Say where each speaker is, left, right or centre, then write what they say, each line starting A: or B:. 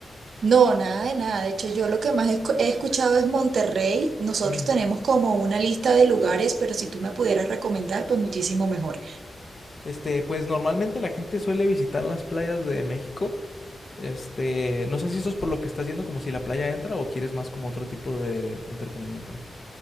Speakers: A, on the right; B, on the left.
A: No, nada de nada. De hecho, yo lo que más escu- he escuchado es Monterrey. Nosotros
B: Mm.
A: tenemos como una lista de lugares, pero si tú me pudieras recomendar, pues muchísimo mejor.
B: Este, pues normalmente la gente suele visitar las playas de México. Este, no sé si eso es por lo que estás yendo, como si la playa entra o quieres más como otro tipo de entretenimiento.